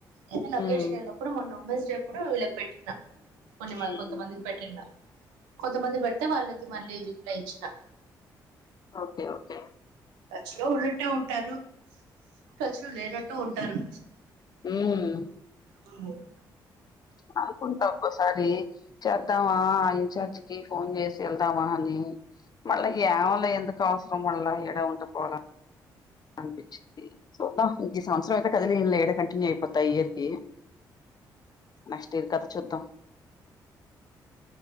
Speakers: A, on the right; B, on the left.
A: ఏదన్న
B: ఉమ్
A: అకేషన్ ఉన్నప్పుడు మొన్న ఉమెన్స్ డే అప్పుడు వీళ్ళకి పెట్టిన కొన్ని
B: ఉమ్
A: మ కొంతమందికి పెట్టిన కొంతమంది పెడితే వాళ్ళకి మళ్ళీ రిప్లై ఇచ్చిన
B: ఓకే ఓకే
A: టచ్ లో ఉన్నట్టే ఉంటారు టచ్ లో లేనట్టు ఉంటారు
B: హూమ్
A: హుమ్
B: అనుకుంటా ఒక్కోసారి చేద్దామా ఆ ఇంచార్జి కి ఫోన్ చేేసి ఎళ్దామా అని. మళ్ళా యామోలే ఎందుకు అవసరం మళ్ళా ఈడే ఉంటే పోలా. అనిపించ్చిద్ది చూద్దాం ఇంక ఈ సంవత్సరం అయితే కదిలియ్యను లే, ఇక్కడే కంటిన్యూ ఐపోత ఈ ఇయర్ కీ. నెక్స్ట్ ఇయర్ కదా చూద్దాం.